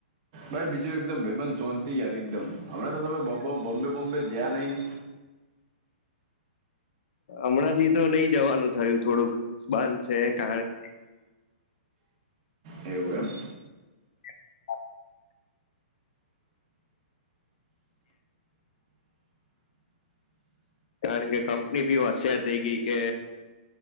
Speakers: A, on the right; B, on the left.
A: ભાઈ બીજું એકદમ ભાઈબંધ સોંતી યાર એકદમ હમણાં તો તમે બોમ્બે બોમ્બે જયા નહી
B: અમણાંથી તો નહી જવાનું થયું થોડુંક બંધ છે કારણ
A: એવું એમ.
B: <inaudible> કારણ કે કંપની બી હોશિયાર થઇ ગઈ કે